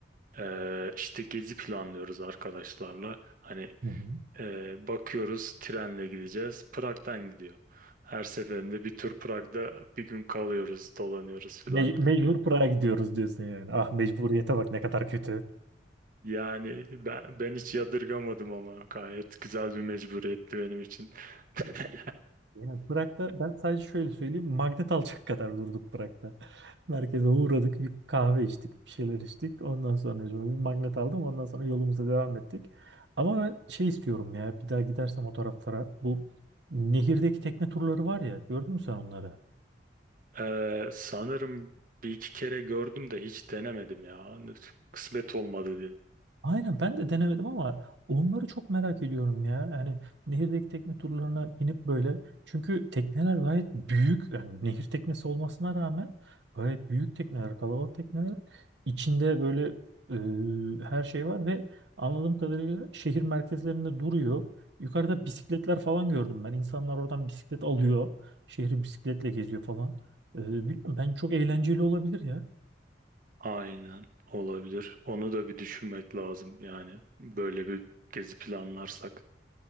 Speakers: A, on the right; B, on the right.
A: e, işte gezi planlıyoruz arkadaşlarla. Hani
B: hı hı.
A: e, bakıyoruz trenle gideceğiz. Prag'dan gidiyor. Her seferinde bir tur Prag'da bir gün kalıyoruz, dolanıyoruz filan.
B: Me- mecbur Prag'a gidiyoruz diyorsun yani. Ah mecburiyete bak ne kadar kötü.
A: Yani ben, ben hiç yadırgamadım ama gayet güzel bir mecburiyetti benim için. <laughs>
B: Yani Prag'da ben sadece şöyle söyleyeyim. Magnet alacak kadar durduk Prag'da. <laughs> Merkeze uğradık, bir kahve içtik, bir şeyler içtik. Ondan sonra bir magnet aldım. Ondan sonra yolumuza devam ettik. Ama ben şey istiyorum ya. Bir daha gidersem o taraflara bu nehirdeki tekne turları var ya. Gördün mü sen onları?
A: E, sanırım bir iki kere gördüm de hiç denemedim ya. Hani Kısmet olmadı diye.
B: Aynen ben de denemedim ama onları çok merak ediyorum ya. Yani nehirdeki tekne turlarına binip böyle. Çünkü tekneler gayet büyük. Yani nehir teknesi olmasına rağmen gayet büyük tekneler, kalabalık tekneler. İçinde böyle e, her şey var ve anladığım kadarıyla şehir merkezlerinde duruyor. Yukarıda bisikletler falan gördüm ben. İnsanlar oradan bisiklet alıyor. Şehri bisikletle geziyor falan. E, bilmiyorum, ben çok eğlenceli olabilir ya.
A: Aynen olabilir. Onu da bir düşünmek lazım yani böyle bir gezi planlarsak.